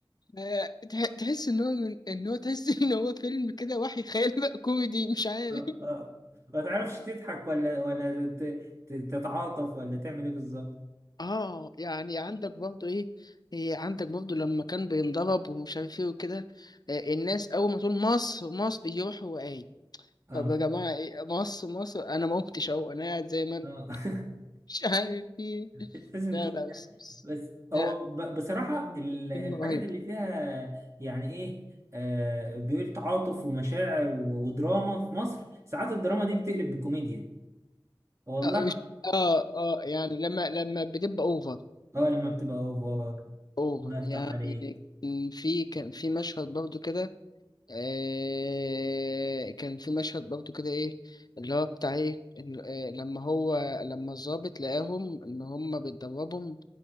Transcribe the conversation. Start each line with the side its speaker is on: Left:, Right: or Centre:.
Left: آه، تح- تحس ان هو من ان هو تحس <laughs> ان هو فيلم كده وحي خيال بقى كوميدي مش عارف
Right: اه اه ما تعرفش تضحك ولا ولا ت- ت- تتعاطف ولا تعمل ايه بالظبط
Left: اه يعني عندك برضو ايه إيه عندك برضو لما كان بينضرب ومش عارف ايه وكده آه، الناس اول ما تقول مصر مصر يروح هو قايل
Right: اه
Left: طب يا جماعه ايه مصر مصر انا ما قمتش اهو انا قاعد زي ما انا
Right: اه <laughs>
Left: <laughs> مش عارف ايه
Right: مش لازم
Left: لا
Right: تقول
Left: لا بس,
Right: يعني
Left: بس
Right: بس هو
Left: لا
Right: ب- بصراحة
Left: يعني
Right: ال- الحاجات
Left: فيلم رهيب
Right: اللي فيها يعني ايه آه بيقول تعاطف ومشاعر و- ودراما في مصر ساعات الدراما دي بتقلب بكوميديا والله
Left: اه مش اه اه يعني لما لما بتبقى اوفر
Right: اه لما بتبقى اوفر
Left: اوفر
Right: الله يفتح
Left: يعني
Right: عليك
Left: كان في كان في مشهد برضو كده آه كان في مشهد برضو كده ايه اللي هو بتاع ايه ال- آه، لما هو لما الضابط لقاهم ان هم بيتدربهم